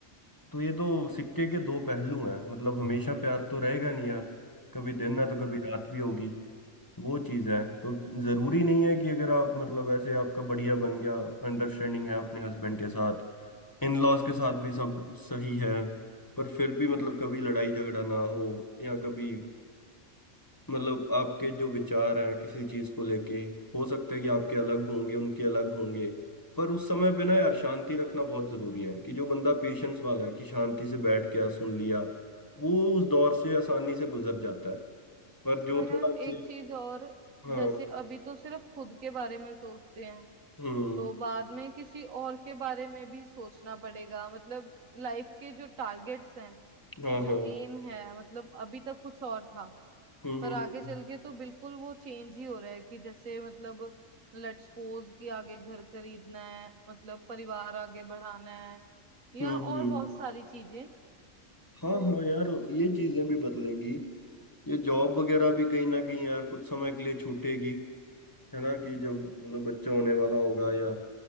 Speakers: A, on the left (about 15°); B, on the right (about 85°).
A: तो ये तो सिक्के के दो पहलू हैं मतलब हमेशा प्यार तो रहेगा नहीं यार कभी दिन है तो कभी
B: हाँ
A: रात भी होगी वो चीज है तो जरूरी नहीं है कि अगर आप मतलब ऐसे आपका बढ़िया बन गया अंडरस्टैंडिंग है अपने हस्बैंड के साथ इन लॉज के साथ भी सब सही है पर फिर भी मतलब कभी लड़ाई झगड़ा ना हो या कभी मतलब आपके जो विचार हैं किसी चीज को लेके हो सकता है कि आपके अलग होंगे उनके अलग होंगे पर उस समय पे ना यार शांति रखना बहुत जरूरी है कि जो बंदा पेशेंस वाला है कि शांति से बैठ के सुन लिया वो उस दौर से आसानी से गुजर जाता है पर जो
B: हाँ यार
A: थोड़ा
B: एक
A: से
B: चीज और
A: हाँ
B: जैसे अभी तो सिर्फ खुद के बारे में सोचते हैं
A: हम्म
B: तो बाद में किसी और के बारे में भी सोचना पड़ेगा मतलब लाइफ के जो टारगेट्स हैं
A: हाँ
B: जो
A: हाँ
B: एम है मतलब अभी तक कुछ और था
A: हम्म
B: पर
A: हम्म
B: आगे चल के तो बिल्कुल वो चेंज ही हो रहा है कि जैसे मतलब लेट्स सपोज कि आगे घर खरीदना है मतलब परिवार आगे बढ़ाना है या
A: हम्म हम्म।
B: और
A: हम्म,
B: बहुत सारी चीजें
A: हाँ
B: तो
A: हाँ यार ये चीजें भी बदलेंगी ये जॉब वगैरह भी कहीं ना कहीं यार कुछ समय के लिए छूटेगी है ना कि जब मतलब बच्चा होने वाला होगा या